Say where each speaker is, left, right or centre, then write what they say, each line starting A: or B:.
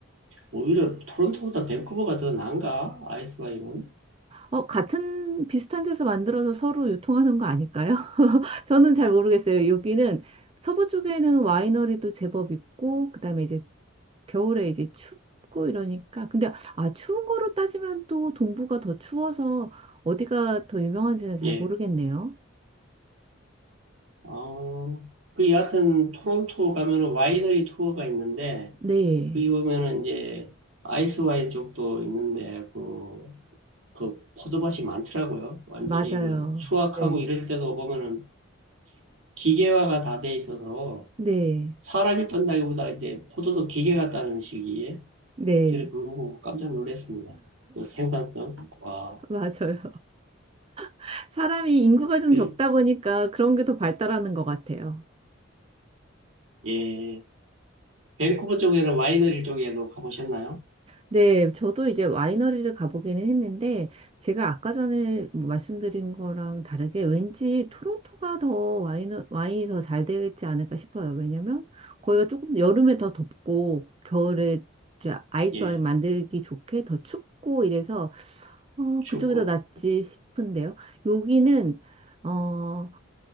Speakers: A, on the right (about 70°); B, on the right (about 25°).
A: 오히려 토론토보다 밴쿠버가 더 나은가? 아이스 와인은?
B: 어, 같은 비슷한 데서 만들어서 서로 유통하는 거 아닐까요? 저는 잘 모르겠어요. 여기는 서부 쪽에는 와이너리도 제법 있고, 그다음에 이제 겨울에 이제 춥고 이러니까. 근데 아, 추운 거로 따지면 또 동부가 더 추워서 어디가 더 유명한지는 잘
A: 예.
B: 모르겠네요.
A: 어, 그 여하튼 토론토 가면은 와이너리 투어가 있는데,
B: 네,
A: 거기 보면은 이제 아이스 와인 쪽도 있는데, 그, 그 포도밭이 많더라고요. 완전히
B: 맞아요.
A: 그 수확하고
B: 네,
A: 이럴 때도 보면은 기계화가 다 돼 있어서
B: 네,
A: 사람이 떤다기보다 이제 포도도 기계 같다는 시기에
B: 네,
A: 제가 그거 보고 깜짝 놀랐습니다. 그 생산성. 와.
B: 맞아요. <laughs> 사람이 인구가 좀
A: 그,
B: 적다 보니까 그런 게 더 발달하는 것 같아요.
A: 예. 밴쿠버 쪽에는 와이너리 쪽에도 가보셨나요?
B: 네, 저도 이제 와이너리를 가보기는 했는데, 제가 아까 전에 뭐 말씀드린 거랑 다르게 왠지 토론토가 더 와이너, 와인이 더 잘 되겠지 않을까 싶어요. 왜냐면 거기가 조금 여름에 더 덥고, 겨울에 이제 아이스
A: 예.
B: 와인 만들기 좋게 더 춥고 이래서, 어,
A: 춥고.
B: 그쪽이 더 낫지 싶은데요. 여기는, 어,